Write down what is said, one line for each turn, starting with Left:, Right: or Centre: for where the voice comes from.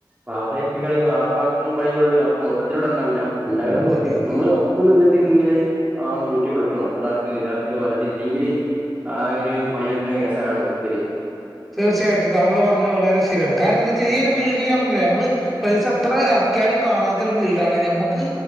Right: വാപ്പക്ക വാപ്പാക്കും പണികളുണ്ട്പ്പ മൊത്തത്തിലൂടെ ഉണ്ടാവ ഉണ്ടാകണംക്കെ
Centre: അതെ അതെ
Right: നമ്മള് ഒപ്പം നി ഇങ്ങനെ ആ മൂട്ടി കൊടുക്കണം അത ഇതാക്കന്ന് പറഞ്ഞട്ടില്ലെങ്കില് ആ ഒരു പണി പറ്റുന്ന കേസാണ്ണ് ഇധത്തില്
Centre: തീർച്ചയായിട്ടും താങ്കള് പറഞ്ഞത് വളരെ ശരിയാണ് കാരണം എന്താ വെച്ചാ ഈ ഒരു ഫീൽഡിൽ ഞാൻഞ്ഞേ നമ്മള് പൈസ എത്ര ഇറക്കിയാലും കാണാത്ത ഒരു ഫീൽഡാണ് ഞമ്മക്ക്